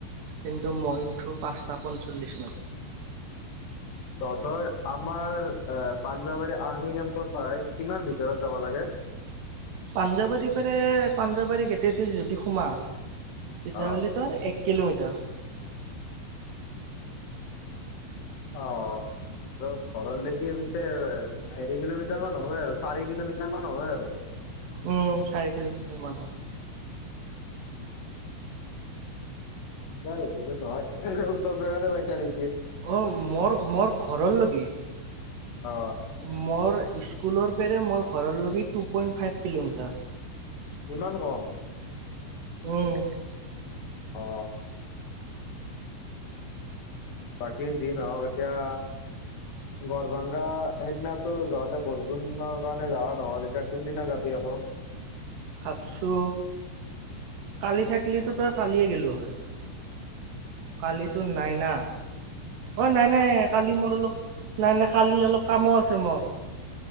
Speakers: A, on the right; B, on the left.
A: কিন্তু মই উঠো পাঁচটা পঞ্চল্লিছ মানত।
B: তহঁতৰ, আমাৰ এ পাঞ্জাবাৰী আৰ্মি কেম্পৰ পৰাই কিমান ভিতৰত যাব লাগে?
A: পাঞ্জাৱাৰী ফালে, পাঞ্জাৱাৰী গেটেদি যদি সোমাই। তেতিয়াহ'লে,
B: অ
A: এক কিলোমিটাৰ।
B: অ। ঘৰ ভেটি পিছে আৰৈ কিলোমিটাৰ মান হয় আৰু, চাৰি কিলোমিটাৰ মান হয় আৰু।
A: উম, চাৰি কিলোমিটাৰ মানহে হয়।
B: অ বেছি দূৰ নহয়। ওচৰত জেগাতে পাইচা নেকি?
A: অ, মোৰ -মোৰ ঘৰলৈ নেকী?
B: অ।
A: মোৰ স্কুলৰ পৰা মোৰ ঘৰলৈকে টু পইণ্ট ফাইভ কিলোমিটাৰ।
B: ইমান কম।
A: উম।
B: <inaudible> অ। বাকী যি নহওক এতিয়া গৰভাংগা সেইদিনাতো যহতে বৰষুণৰ কাৰণে যোৱা নহল, এতিয়া কোনদিনা যাবি আকৌ।
A: ভাবছো, কালি থাক্লিটো তই কালিয়ে গেলো হয়। কালিতো নাইনা। অ', নাই-নাই কালি মোৰ অলপ, নাই-নাই কালি অলপ কামো আছে মোৰ।